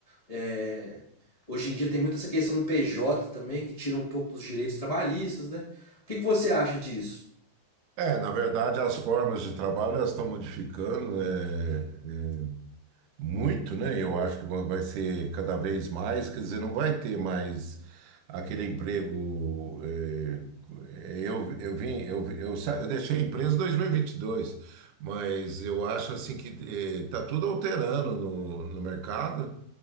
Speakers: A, on the left; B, on the right.
A: É, hoje em dia tem muito essa questão do PJ também, que tira um pouco dos direitos trabalhistas, né? O que que você acha disso?
B: É, na verdade, as formas de trabalho elas estão modificando. né? é, Muito, né? Eu acho que va- vai ser cada vez mais, quer dizer, não vai ter mais aquele emprego. eh, eu, eu vim, eu, vi- eu, sa- eu deixei a empresa em 2022, mas eu acho assim que está tudo alterando no, no mercado,